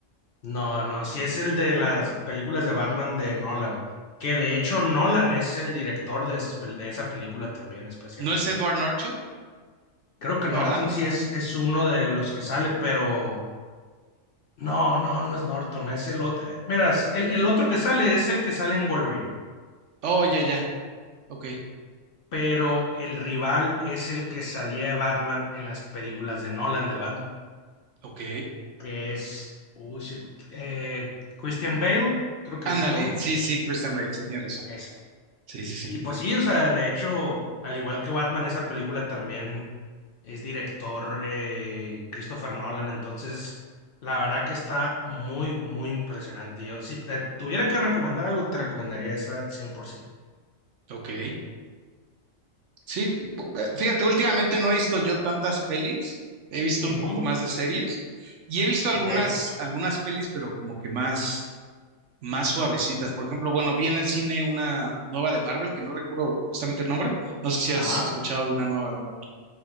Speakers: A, on the left; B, on the right.
A: no, no, si es el de las películas de Batman de Nolan, que de hecho Nolan es el director de esas, pel- de esa película también, especialmente.
B: ¿No es Edward Norton?
A: Creo que Norton
B: ¿No, ¿Verdad?
A: sí es, es uno de los que sale, pero no, no, no es Norton, es el otro. Miras, el, el otro que sale es el que sale en Wolverine.
B: Oh, ya, ya. Ok.
A: pero el rival es el que salía de Batman en las películas de Nolan de Batman,
B: Ok.
A: que es uy, sí, eh, Christian Bale, creo que
B: Ándale,
A: es el nombre.
B: sí, sí, Christian Bale, sí tienes razón.
A: Ese.
B: Sí, sí, sí.
A: Y pues sí, o sea, de hecho, al igual que Batman, esa película también es director eh, Christopher Nolan, entonces la verdad que está muy, muy impresionante. Yo, si te tuviera que recomendar algo, te recomendaría esa 100%.
B: Ok. Sí, p- bu- eh, fíjate, últimamente no he visto yo tantas pelis, he visto
A: Ujú.
B: un poco más de series y he visto
A: Ok,
B: algunas, algunas pelis, pero como que más, más suavecitas. Por ejemplo, bueno, vi en el cine una nueva de Marvel, que no recuerdo justamente el nombre. No sé si has
A: ajá.
B: escuchado de una nueva de Marvel.